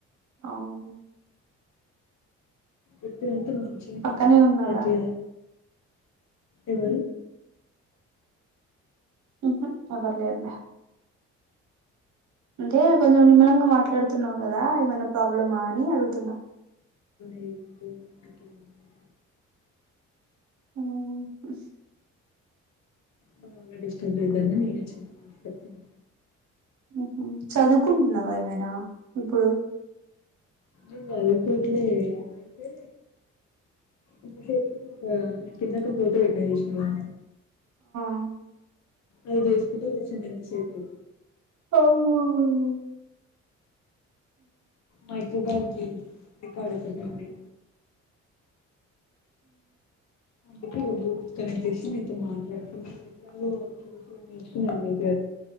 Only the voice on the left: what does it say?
ఎప్పుడంతా మంచిగానే
ఉంది అప్పుడు
అట్లా ఇవ
ఏం లేదు అట్లేం లేదు
మన వల్ల డిస్టర్బ్ చేయొద్దు అని నేనే చిన్నగ మాట్లాడుతున్న
ఏం జదువుకోట్లేదే అయితే ఇంతసేపు ఒక కిందకు ఫోటో పెట్టినా జూషిననా
అది జేసుకుట్ట కూచ్చున్న ఇంత సేపు
మైక్రోబల్జీ రికార్డు ఒకటిడి అబ ఇ బ్లూటూత్ కనెక్ట్ ఇస్త నతో మాట్లాడుకుంట ఎట్లాగో చూసి నేర్చుకునే